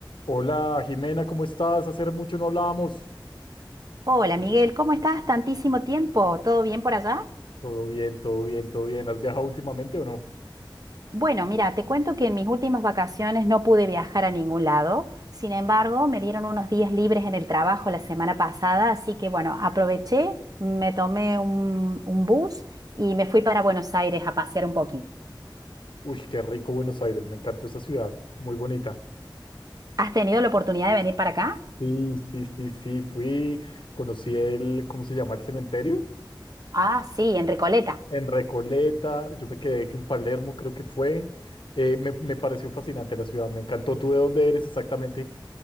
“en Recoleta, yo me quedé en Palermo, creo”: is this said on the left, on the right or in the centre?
Left